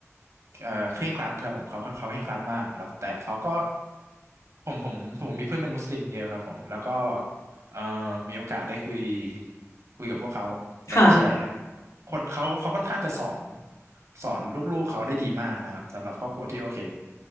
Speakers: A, on the right; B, on the left.
A: เอ่อเคร่งครัดครับผมเขาเขาเขาเคร่งครัดมากแล้วแต่เขาก็ผมผมผมมีเพื่อนเป็นมุสลิมเยอะครับผมแล้วก็เอ่อมีโอกาสได้คุยคุยกับพวกเขาแล้วก็แชร์
B: ค่ะ
A: คนเขาเขาค่อนข้างจะสอนสอนลูกๆเขาได้ดีมากนะครับสำหรับครอบครัวที่โอเค